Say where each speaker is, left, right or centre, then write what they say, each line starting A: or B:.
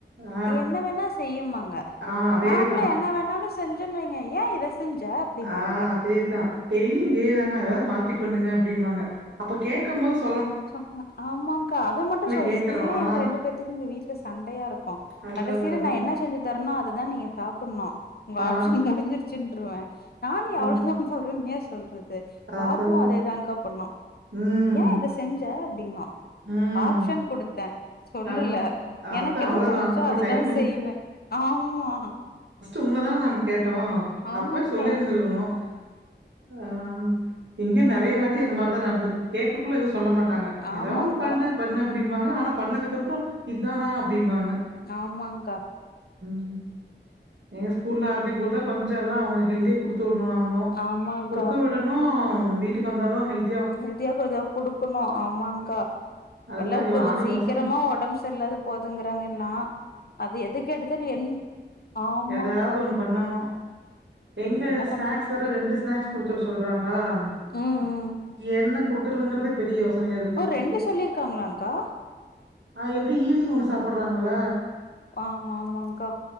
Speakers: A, on the right; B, on the left.
A: ஆ,
B: என்ன வேணா ச செய்யுமா
A: ஆ அதேதான்.
B: நாம்பளே என்ன வேணாலு செஞ்சன் வைங்க ஏ இத செஞ்ச அப்டிம்பாங்க
A: ஆ அதேதான் டெய்லி இதேதானா எதாவ்து மாத்திப் பண்ணுங்க அப்டின்பாங்க அப்ப கேக்கம் போது சொ
B: ச அ ஆமாங்கா அத மட்டும் சொல்
A: கேக்குறோம்
B: இதுவே
A: ஆ
B: எங்க ரெண்டு பேத்துக்கு இங்க வீட்டுல சண்டையா இருக்கும்
A: அதான்
B: கடைசியில
A: அதான் அதான்
B: நான் என்ன செஞ்சு தரன் அததான் நீங்க சாப்பட்னோ உங்க
A: ஆ
B: ஆப்ஷன் முடிஞ்சிருச்சுன்றுவேன் நானும் எவ்வளதான்
A: அதான்
B: பொறுமையா சொல்றது
A: அதான்
B: பாப்பும்
A: அதான்
B: அதைதான்கா பண்ணும்
A: ம்
B: ஏன் அத ச அப்படிங்கும்
A: ம்
B: ஆப்ஷன் கொடுத்தே சொல்லுல
A: ஆ அதான்
B: எனக்கு என்ன
A: அவ்ளோதான்
B: தோணுச்சோ
A: உங்க
B: அததா
A: டைம்
B: செய்வே ஆமா
A: உங்களதானே நாங்க கேட்டோம்
B: ஆமாங்க்கா
A: அப்பயே சொல்லிருந்திருக்கணும் ம்ஹ் இங்கயும் நெறைய
B: ம்
A: வாட்டி அந்மாதிரி தான் நடந்திருக் கேட்கக்குள்ள எது சொல்ல மாட்டாங்க
B: ஆமாங்க்கா
A: ஏதாவ் ஒன்னு பண்ண பண்ண அப்டிம்பாங்க ஆனா பண்ணதுக்கு அப்புறம் இத் நானா அப்டிம்பாங்க
B: ஆமாங்கா
A: ம் நீங்க ஸ்கூல்ல ஆர்ப்பிக் குடுத்தா கொஞ்சம் எல்லாம் அவங்களே ஹெல்தியா குடுத்தோ நம்மளும்
B: ஆமாங்க்கா
A: குடுத்து விடணும் வீட்டுக்கு வந்தாலும் ஹெல்
B: ஹெல்த்தியா எதாவது குடுக்கணும் ஆமாங்கா
A: அதுக்குதான்
B: நல்லா
A: யோ
B: கொ
A: நானும்
B: சீக்கிரமா
A: யோசனை.
B: உடம்பு சரியல்லாத போதுங்கறாங்க எல்லாம் அது எதுக்கு எடுத்தாலும் என் ஆமாங்க்கா
A: எதாவது ஒண்ணு பண்ணனும் எங்க
B: என்ன
A: ஸ்நாக்ஸ்
B: பண்ற
A: வேற ரெண்டு ஸ்நாக்ஸ் குடுத்துட சொ சொல்றாங்களா அ
B: ம் ம்
A: என்னக் குடுக்குறதுங்கறத பெரிய யோசனையா இருக்கு. இப்ப
B: ரெண்டு சொல்லிருக்காங்களாகா
A: ஆஹ் எப்படி ஈவினிங் ஒண்ணு சாப்டுறாங்களல்ல
B: ஆமா ஆமாங்கா